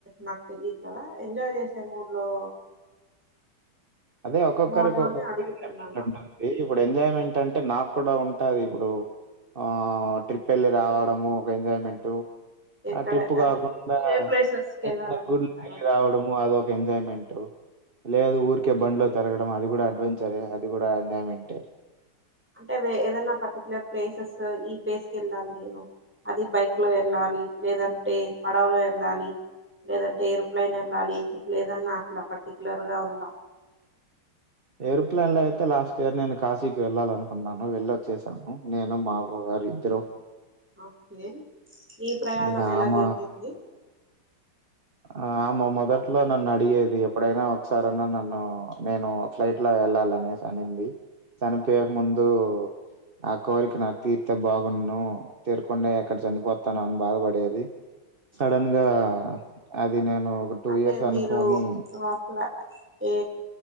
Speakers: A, in the centre; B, on the right (about 30°).
A: నాకు తెలియదు కదా ఎంజాయ్ చేసే మూడ్ లో
B: అదే ఒక్కొక్కరికి
A: మోడ్ లోనే
B: ఒక్కొక్క
A: అడుగుతున్నాను
B: ఎంజాయ్మెంట్ ఉంటుంది ఇప్పుడు ఎంజాయ్మెంట్ అంటే నాకు కూడా ఉంటాది ఇప్పుడు ఆ ట్రిప్ వెళ్ళి రావడము ఒక ఎంజాయ్మెంట్
A: ఎక్కడ
B: ఆ ట్రిప్పు
A: అది
B: కాకుండా
A: ఏ ప్లేసెస్కి వెళ్ళాలనుకుంటారు
B: ఎప్పుడైనా గుళ్కి వెళ్ళి రావడము అదొక ఎంజాయ్మెంట్ లేదు ఊరికే బండ్లో తిరగడం అది కూడా అడ్వెంచరే అది కూడా ఎంజాయ్ మెంటే
A: అంటే ఏదనా పర్టిక్యులర్ ప్లేసెస్ ఈ ప్లేస్కి వెళ్ళాలి నేను అది బైక్ లో వెళ్ళాలి లేదంటే పడవలో వెళ్ళాలి లేదంటే ఎయిరుప్లైన్ వెళ్ళాలి ఇట్లేదన్నా అట్లా పర్టిక్యులర్ గా ఉందా
B: ఏరోప్లెన్ లో అయితే లాస్ట్ ఇయర్ నేను కాశీకి వెళ్ళాలనుకున్నాను వెళ్ళోచ్చేసాను నేను మా ఆవ్వా గారు <unintelligible> మేమిద్దరం
A: ఓకే ఈ ప్రయాణం
B: ఇంకా
A: ఎలా
B: ఆమ
A: జరిగింది
B: ఆ మొదట్లో నన్ను అడిగేది ఎప్పుడైనా ఒకసారనా నన్ను నేను ఫ్లైట్ లో వెళ్ళాల అనేసి అనింది చనిపోయే ముందు ఆ కోరిక నా తీర్తే బాగున్ను తీరాకుండా ఎక్కడ చనిపోతానో అని బాధపడేది
A: ఓకే
B: సడన్ గా అది నేను ఒక టూ
A: అంటే
B: ఇయర్స్ అనుకోని
A: మీరు అసల ఏ